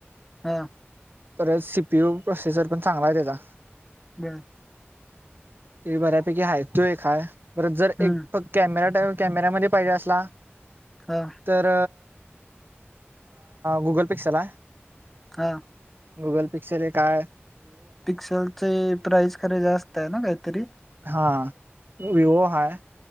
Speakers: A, in the centre; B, on the right.
A: हा
B: तर सीपीयू प्रोसेसर पण चांगला आहे त्यांचा -
A: बरं
B: त्यो बऱ्यापैकी हाय त्यो एक हाय. परत जर
A: हम्म
B: एक फक्त कॅमेरा टाइम कॅमेऱ्यामध्ये पाहिजे असला.
A: हा.
B: तर गुगल पिक्सल आहे.
A: हा
B: गुगल पिक्सर हे काय?
A: पिक्सेल चे प्राइस खरे जास्त आहे ना काहीतरी.
B: हां वीवो हा